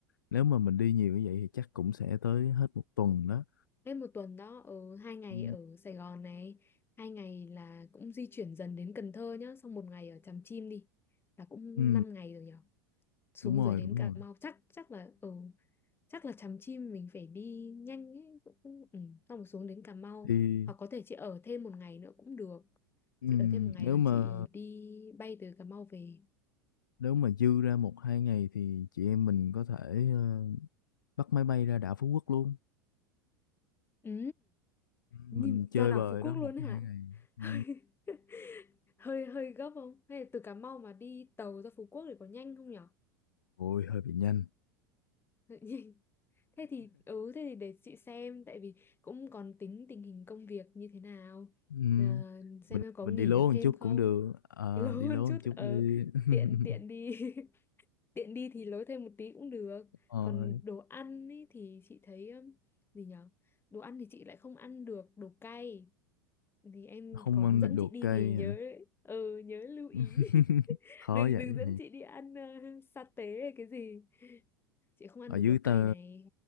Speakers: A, on the left; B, on the left.
A: nếu mà mình đi nhiều như vậy thì chắc cũng sẽ tới hết một tuần đó
B: Lên một tuần đó ở hai ngày
A: ừ,
B: ở Sài Gòn này, hai ngày là cũng di chuyển dần đến Cần Thơ nhá, xong một ngày ở Tràm Chim đi. Là cũng
A: ừ,
B: 5 ngày rồi nhở. Xuống
A: đúng rồi
B: dưới đến
A: đúng
B: Cà
A: rồi
B: Mau chắc chắc là ở chắc là Tràm Chim mình phải đi nhanh ấy cũng ừ, xong rồi xuống đến Cà Mau.
A: thì
B: Hoặc có thể chị ở thêm một ngày nữa cũng được.
A: ừ,
B: Chị ở thêm một ngày
A: nếu
B: rồi
A: mà
B: chị đi bay từ Cà Mau về.
A: nếu mà dư ra một hai ngày thì chị em mình có thể ờ, bắt máy bay ra đảo Phú Quốc luôn
B: Ừ.
A: Ừ, mình
B: Nhìn
A: chơi
B: ra đảo
A: bời
B: Phú Quốc
A: đó
B: luôn
A: một
B: hả?
A: hai ngày
B: <laughs>
A: ừ.
B: Hơi hơi hơi gấp không? Hay là từ Cà Mau mà đi tàu ra Phú Quốc thì có nhanh không nhở?
A: ôi hơi bị nhanh
B: Hơi Nhanh. Thế thì ừ thế thì để chị xem tại vì cũng còn tính tình hình công việc như thế nào.
A: ừ.
B: Ờ, xem
A: mình
B: em có
A: mình
B: nghỉ
A: đi lố
B: được thêm
A: một chút
B: không?
A: cũng được Ờ,
B: <laughs> Lâu
A: đi lố
B: hơn chút
A: một chút
B: ờ
A: đi <laughs>
B: tiện tiện đi. <laughs> Tiện đi thì lối thêm một tí cũng được.
A: Ờ,
B: Còn đồ ăn ý thì chị thấy ừm, gì nhở? Đồ ăn thì chị lại không ăn được đồ cay thì em
A: không
B: có
A: ăn
B: dẫn
A: được đồ
B: chị đi
A: cây
B: thì nhớ
A: hả
B: ừ nhớ lưu ý
A: <laughs>
B: <laughs>
A: khó
B: đừng
A: vậy
B: đừng dẫn chị đi ăn uh, sa tế hay cái gì chị không ăn
A: ở
B: được
A: dưới
B: đồ cay
A: tơ
B: này